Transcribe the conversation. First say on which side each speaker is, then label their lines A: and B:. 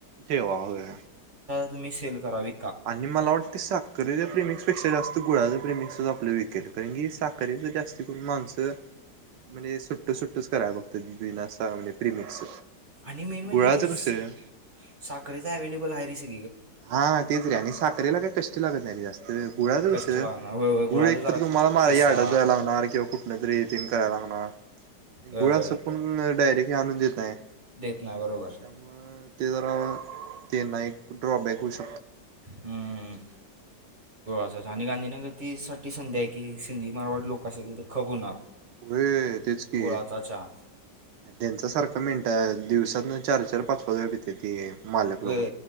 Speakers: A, on the right (about 80°); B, on the right (about 30°).
A: ठेवा होय.
B: तुम्हीे सेल करावी.
A: आणि मला वाटतंय साखरेच्या प्रिमिक्सपेक्षा जास् गुळाचं प्रिमिक्सच आपलं विकेल कारण की साखर तर जास्त करून माणसं म्हणजे सुट्ट सुट्टच कराय बघतेत <unintelligible> असं म्हजे प्रिमिक्स
B: आणि मेन म्हणजे
A: गुळाचं
B: ते स
A: कसं
B: साखरेचा अव्लेबल आहे रे सग
A: हा तेच रे आणि साखरेला काय कष्ट लागत नाही रे जास्त, गुळाचं
B: कष्ट
A: कसं
B: लागणार वय वय गुळाचा
A: गुळ एक
B: जरा
A: तर तुम्हाला माळ
B: किस्सा
A: यार्डात जायला लागणार किंवा कुठनंतरी येथन करायला लागणार.
B: वय
A: गुळ
B: वय
A: असं कोण डायरेक्ट हे आणून देत नाही.
B: देत नाही बरोबर.
A: त्यामुळं ते जरा, त्यांना एक ड्रॉ बॅक होश
B: हम्म, <unintelligible> संधी आहे की की सिंधी मारवाड लोकं असतेत तिथं खप होणार.
A: व्हय, तेच कि.
B: गुळाचा चहा
A: त्यांचा सारखा मिनटा दिवसातन चार चार पाच पाच वेळा पित्यात. ती मालक
B: वे
A: लोकं,